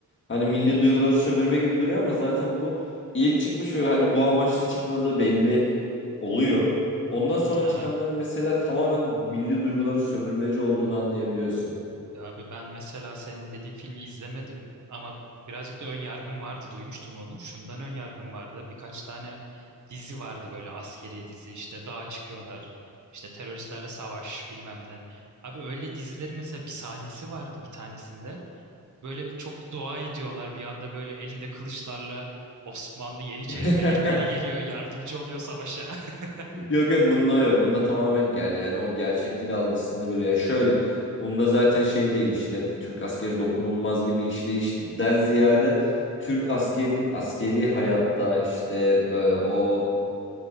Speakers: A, on the left; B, on the right.
A: Hani
B: Hı
A: milli
B: hı.
A: duyguları sömürme gibi duruyor ama zaten bu ilk çıkmış ve hani bu amaçla çıkmadığı belli e, oluyor. Ondan sonra
B: Aha.
A: çıkanların mesela tamamen milli duyguları sömürmeci olduğunu anlayabiliyorsun.
B: Ya abi ben mesela senin dediğin filmi izlemedim ama birazcık da ön yargım vardı duymuştum onu. Şundan ön yargım vardı. Birkaç tane dizi vardı böyle askeri dizi işte dağa çıkıyorlar işte teröristlerle savaş bilmem ne. Abi öyle dizileri mesela bir sahnesi vardı bir tanesinde. Böyle bir çok dua ediyorlar bir anda böyle elinde kılıçlarla Osmanlı Yeniçeri
A: <laughs> <laughs>
B: melekleri geliyor yardımcı oluyor savaşa. <laughs>
A: Yok yok bunda o yok. Bunda tamamen ger yani o gerçeklik algısında böyle yani şöyle bunda zaten şey değil işte Türk askeri dokunulmaz gibi işleyişten ziyade Türk askerinin askeri hayatta işte e, o